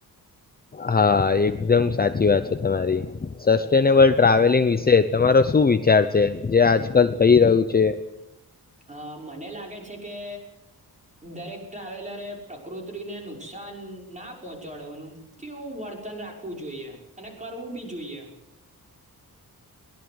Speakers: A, on the left; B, on the right.
A: હા એકદમ સાચી વાત છે તમારી સેસતેનેબલ ટ્રાવેલિંગ વિશે તમારો શું વિચાર છે જે આજકાલ થઈ રહ્યું છે.
B: હ મને લાગે છે કે દરેક ટ્રાવેલરે પ્રકૃતિને નુકસાન ના પહોચાડવાનું કેવું વર્તન રાખવું જોઈએ અને કરવું બી જોઈએ